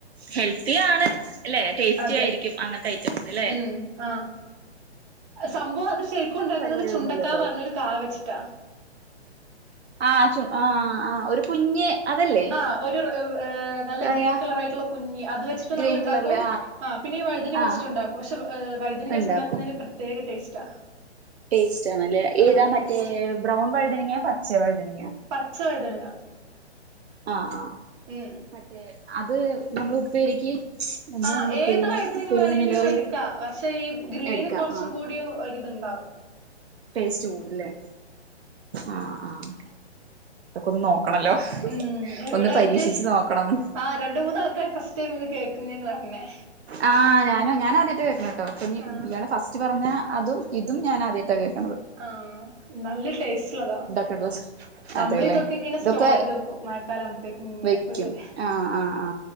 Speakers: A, on the right (about 65°); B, on the right (about 25°).
A: ഹെൽത്തിയാണ് അല്ലെ ടേസ്റ്റി
B: അതെ
A: ആയിരിക്കും അന്നത്തെ ഐറ്റംസല്ലേ
B: ഉം ആഹ് സംഭവം അത് ശരിക്കും
A: അങ്ങനത്തെ
B: ഉണ്ടാക്കുന്നത്
A: പരിപാടികളൊന്നുംല്ലട്ടോ
B: ചുണ്ടക്കാ പറഞ്ഞൊരു കാ വെച്ചിട്ടാ
A: ആഹ് ചു ആഹ് ആഹ് ഒരു കുഞ്ഞ് അതല്ലേ
B: ആഹ് ഒരു നല്ല
A: കായ
B: ഗ്രീൻ കളർ ആയിട്ടുള്ള കുഞ്ഞി അത് വെച്ചിട്ട്
A: ഗ്രീൻ
B: നമ്മൾ ഇണ്ടാക്കും
A: കളറില്
B: ആഹ് പിന്നെ ഈ വഴുതനങ്ങ
A: ആഹ്
B: വെച്ചിട്ടുണ്ടാക്കും പക്ഷേ വഴുതനങ്ങ
A: ഉണ്ടാക്കും
B: വെച്ച് ഇണ്ടാക്കുന്നതിന് പ്രത്യേക ടേസ്റ്റാ
A: ടേസ്റ്റാണല്ലേ
B: ആഹ്
A: ഏതാ
B: നല്ല
A: മറ്റേ
B: ടേസ്റ്റ്
A: ബ്രൗൺ വഴുതനങ്ങയാ പച്ച വഴുതനങ്ങയാ
B: പച്ച വഴുതന ങ്ങ
A: ആഹ് ആ
B: ഉം
A: മറ്റേ അത് നമ്മള് ഉപ്പേരിക്ക് എന്താ
B: ആഹ്
A: നിങ്ങൾ ഉപ്പേരിനെ
B: ഏതു വഴുതനങ്ങ
A: ഉപ്പേരി
B: വേണങ്കിലും
A: തന്നെയല്ലേ പറയാ
B: എടുക്കാം പക്ഷേ ഈ ഗ്രീന്
A: എടുക്കാം
B: കൊറച്ചുംകൂടി
A: ആ
B: ഒര് ഇത് ഇണ്ടാവും
A: ടേസ്റ്റ് കൂടുല്ലേ ആഹ് ആഹ് ഇതൊക്കെ ഒന്ന് നോക്കണല്ലോ
B: ഉം എവിടാ
A: ഒന്ന് പരീക്ഷിച്ച്
B: മറ്റേ
A: നോക്കണം
B: ആഹ് രണ്ട് മൂന്ന് ആൾക്കാര് ഫസ്റ്റ് ടൈം ഇത് കേൾക്കുന്നേന്ന് പറഞ്ഞെ
A: ആഹ് ഞാനും ഞാൻ ആദ്യായിട്ടാ കേക്കണേട്ടോ
B: ആഹ്
A: ഇയാള് ഫസ്റ്റ് പറഞ്ഞ അതും ഇതും ഞാൻ ആദ്യായിട്ടാ കേക്കണത്
B: ആഹ് നല്ല ടേസ്റ്റ് ഇള്ളതാ
A: <unintelligible>
B: നമ്മൾ
A: അതെല്ലേ
B: ഇതൊക്കെ ഇങ്ങനെ
A: ഇതൊക്കെ
B: സ്റ്റോറയ്ത് വെക്കും മഴക്കാലം ആവുംമ്പത്തേക്കും ഇങ്ങനെ
A: വെക്കും
B: ഫുള്ള്
A: ആ ആ ആ